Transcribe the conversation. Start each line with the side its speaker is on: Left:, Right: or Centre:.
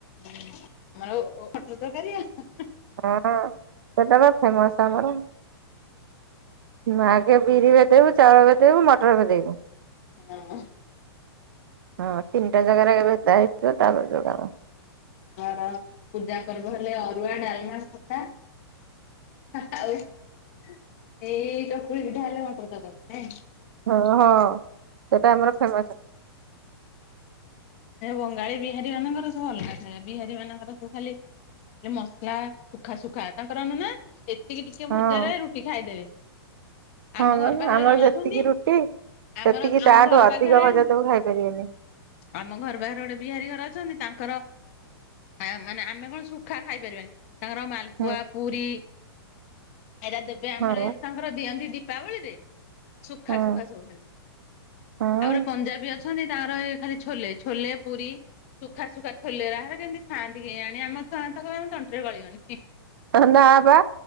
Left: ହୁଁ ଆମର ଓ-ଓ ମଟର ତରକାରୀ ଆ ହାଁ ହାଁ।
Right: ହଁ ସେଟା ପା ଫେମସ୍ ଆମର। ମ ଆଗେ ବିରି ଭେଦେଇବୁ ଚାଉଳ ଭେଦେଇବୁ ମଟର ଭେଦେଇବୁ।
Left: ହଁ।
Right: ହଁ ତିନିଟା ଜାଗାରେ ଭେଦା ହେଇଥିବ ତାପରେ ଯୋଉ କାମ।
Left: ଆମର ପୂଜା ପର୍ବ ହେଲେ ଅରୁଆ, ଡାଲମା, ଖଟା। ହା ଆଉ ଏଇ ଚକୁଳି ପିଠା ହେଲେ ମଟର ତରକାରୀ ନାଇଁ।
Right: ହଁ ହଁ ସେଟା ଆମର ଫେମସ।
Left: ଏ ବଙ୍ଗାଳୀ, ବିହାରୀ ମାନଙ୍କର ସବୁ ଅଲଗା ଥାଏ। ବିହାରୀ ମାନଙ୍କର ସବୁ ଖାଲି। <unintelligible> ମସଲା ଶୁଖା ଶୁଖା ତାଙ୍କର ନୁନା ଏତିକି ଟିକେ
Right: ହଁ
Left: ଭଜାରେ ରୁଟି ଖାଇଦେବେ। ଆମ
Right: ହଁ
Left: ଘର
Right: ପା
Left: ପାଖରେ
Right: ଆମର
Left: ଜଣେ
Right: ଯେତିକି
Left: ଅଛନ୍ତି
Right: ରୁଟି ସେତିକି
Left: ଆମର ଆମ
Right: ତାଠୁ
Left: ଘର
Right: ଅଧିକ
Left: ପାଖରେ
Right: ଭଜା ଦବୁ ଖାଇ ପାରିବେନି।
Left: ଆମ ଘର ପାଖରେ ଗୋଟେ ବିହାରୀ ଘର ଅଛନ୍ତି ତାଙ୍କର ଆ ମାନେ ଆମେ କଣ ଶୁ ଖା ଖାଇପାରିବାନି ତାଙ୍କର ମାଲପୁଆ,
Right: ହୁଁ
Left: ପୁରୀ ଏଟା ଦେ ବେ ଆମର
Right: ହଁ ବା
Left: ଏ ତାଙ୍କର ଦିଅନ୍ତି ଦୀପାବଳିରେ। ସୁଖା
Right: ହଁ
Left: ସୁଖା ସବୁ ଖାଲି
Right: ହଁ
Left: ଆଉ ଗୋଟେ ପଞ୍ଜାବୀ ଅଛନ୍ତି ତାଙ୍କର ଏ ଖାଲି। ଛୋଲେ ଛୋଲେ, ପୁରୀ ସୁଖା ସୁୁଖା ଛୋଲେ ରା ହେ କେମିତି। ଖାଆନ୍ତି କେଜାଣି ଆମ ଛୁଆ ମାନେ ତ କହିବେ ଆମ ତଣ୍ଟିରେ ଗଳିବନି ହି
Right: ଏ ହେ ନା ବା